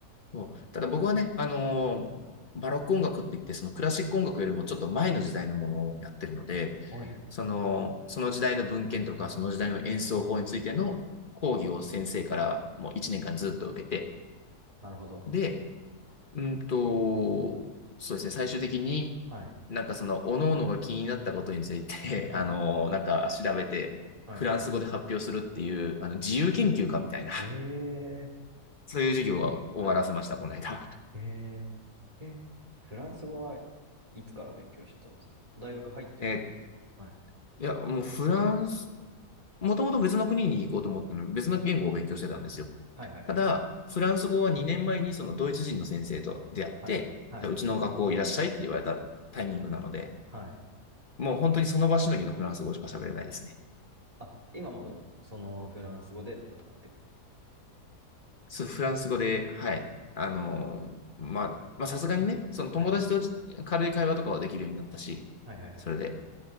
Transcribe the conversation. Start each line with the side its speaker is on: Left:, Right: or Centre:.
Left: そうただ僕はね、あのーバロック音楽って言って、そのクラシック音楽よりもちょっと前の時代のものをやってるので、
Right: はい。
Left: その、その時代の文献とか、その時代の演奏法についての講義を先生からもう1年間ずっと受けて、
Right: うん。なるほど。
Left: で、うんと、そうですね、最終的に
Right: はい、
Left: なんかその、各々が気になったことについて、
Right: はい、
Left: <laughs> あの、なんか調べて、
Right: はい。
Left: フランス語で発表するっていう、あの、自由研究家みたいな、
Right: ええ
Left: そういう授業を終わらせました、
Right: はい、はい、はい。
Left: この間。
Right: えー、え、フランス語はいつから勉強してたんですか大学入ってから。
Left: <laughs> えっ
Right: はい。
Left: いや、もうフランス、もともと別の国に行こうと思ったのに、別の言語を勉強してたんですよ。
Right: はい、はい、
Left: ただ、
Right: はい。
Left: フランス語は2年前にそのドイツ人の先生と出会って、
Right: はい、はい、
Left: じゃあうちの学校いらっしゃいって言われたタイミングなので、
Right: はい。
Left: もう本当にその場しのぎのフランス語しか喋れないですね。
Right: あ、今もそのフランス語で戦ってる。
Left: そう、フランス語で、はい。あのーまあ、まあさすがにね、
Right: なるほどはい。
Left: その友達と軽い会話とかはできるようになったし、
Right: はいはいはいはい。
Left: それで。